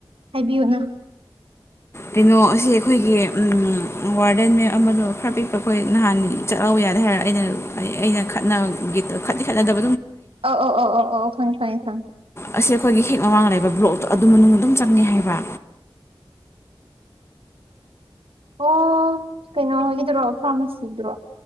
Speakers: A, on the right; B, on the left.
A: ꯍꯥꯏꯕꯤꯒꯅꯣ
B: ꯀꯩꯅꯣ ꯑꯁꯤ ꯑꯩꯈꯣꯏꯒꯤ ꯎꯝ ꯋꯥꯔꯗꯦꯟ ꯅꯦ ꯑꯃꯗꯣ ꯈꯔ ꯄꯤꯛꯄ ꯑꯩꯈꯣꯏ ꯅꯍꯥꯟ ꯆꯠꯍꯧꯋꯦ <unintelligible> ꯑꯩꯅ ꯑꯩꯅ ꯈꯠꯅꯒꯦ ꯇꯧꯔꯒ ꯈꯠꯇꯤ ꯈꯠꯅꯗꯕꯗꯣ
A: ꯑꯣ ꯑꯣ ꯑꯣ ꯑꯣ ꯈꯪꯉꯤ ꯈꯪꯉꯤ
B: ꯑꯁꯤ ꯑꯩꯈꯣꯏꯒꯤ ꯍꯦꯛ ꯃꯃꯥꯡꯗ ꯂꯩꯕ ꯕ꯭ꯂꯣꯛꯇꯣ ꯑꯗꯨ ꯃꯅꯨꯡ ꯑꯗꯨꯝ ꯆꯪꯉꯦ ꯍꯥꯏꯕ
A: ꯑꯣ ꯀꯩꯅꯣ ꯍꯥꯏꯒꯗꯔꯣ ꯐꯥꯔꯃꯥꯁꯤꯗꯨꯔꯣ